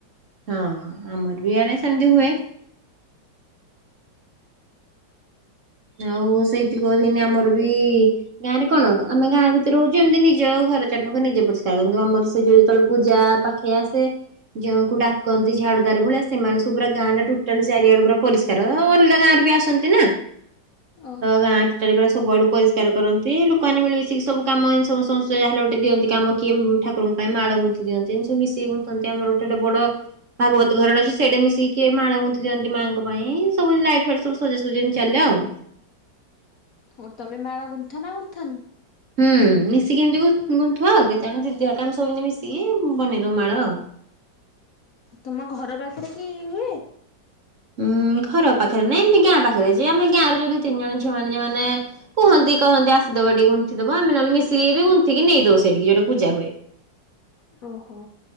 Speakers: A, on the right; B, on the left.
A: ହଁ ଆମର ବି ଇଆଡେ ସେମିତି ହୁଏ। ଆଉ ସେଇଥି କୁହନ୍ତିନୀ ଆମର ବି ଗାଁରେ କଣ ଆମେ ଗାଁ ଭିତରେ ରହୁଛୁ, ଏମିତି ନିଜ ଘର ଚାରିପାଖରେ ନିଜ ପରିଷ୍କାର କରୁ, ଆମର ସେଇ ଯଉ ଯେତେବେଳେ ପୂଜା ପାଖ ଖେଇ ଆସେ, ଜଣଙ୍କୁ ଡାକନ୍ତି ଝାଡୁଦାର ଭଳିଆ ସେମାନେ ସବୁ ପୁରା ଗାଁ ଟା ଟୋଟାଲ ଚାରିଆଡେ ପୁରା ପରିସ୍କା ର ଅଲଗା ଗାଁ ରେ ବି ଆସନ୍ତି ନା ତ
B: ଆଉ
A: ଗାଁ ଟୋଟାଲ ପୁରା ସବୁଆଡୁ ପରିଷ୍କାର କରନ୍ତି, ଲୋକମାନେ ମିଳିିମିଶିକି ସବୁ କାମ ସମସ୍ତ ଯାହେଲେ ଗୋଟେ ଦିଅନ୍ତି କାମ କିଏ ଠାକୁରଙ୍କୁ ପାଇଁ ମାଳ ଗୁନ୍ଥିି ଦିଅନ୍ତି, ଏମିତି ସବୁ ମିଶୀକି ଗୁନ୍ଥନ୍ତି ଆମର ଗୋଟେ ଗୋଟେ ବଡ ଭାଗବତ ଘର ଗୋଟେ ଅଛି, ସେଇଟି ମିଶିକିଏ ମାଳ ଗୁନ୍ଥି ଦିଅନ୍ତି ମାଙ୍କ ପାଇଁ ସବୁ ଲାଇଟ ଫାଇଟ୍ ସବୁ ସଜା ସଜି ଏମିତିି ଚାଲେ ଆଉ।
B: ଆଉ ତମେ ମାଳ ଗୁନ୍ଥ ନା ଗୁନ୍ଥନି?
A: ହୁଁ ମିଶିକି ଏମିତି ଗୁ ଗୁନ୍ଥୁ ଆଉ, କେତେବେଳେ ଦିଦି ହେରିକା ଆମେ ସବୁ ଏମିତି ମିଶିକି ବନେଇ ଦଉ ମାଳ ଆଉ।
B: ତମ ଘର ପାଖରେ କି ହୁଏ?
A: ଉୁଁ ଘର ପାଖରେ ନାଇଁ ଏମିତି ଗାଁ ପାଖରେ, ଯେ ଆମ ଗାଁରେ ଯୋଉ ଦି ତିନି ଜଣ ଝିଆମାନେ ଯୋଉ ମାନେ କୁହନ୍ତି କହନ୍ତି ଆସିଦବ ଟିକେ ଗୁନ୍ଥିଦବ, ଆମେହେଲେ ମିଶିକିରି ଗୁନ୍ଥିକିରି ନେଇଦଉ ସେଠିକି ଯୋଉଠି ପୂଜା ହୁଏ।
B: ଓହୋ।